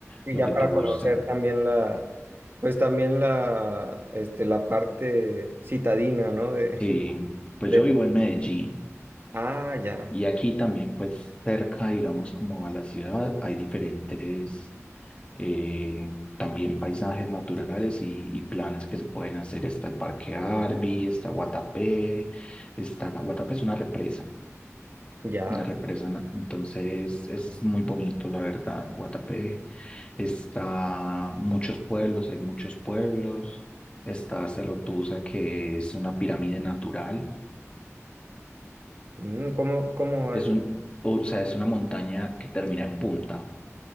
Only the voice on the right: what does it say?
Y
ya
para
conocer también la, pues también la, este, la parte citadina, ¿no? De,
<laughs>
de,
ah, ya,
ya,
mm, ¿cómo, cómo
es?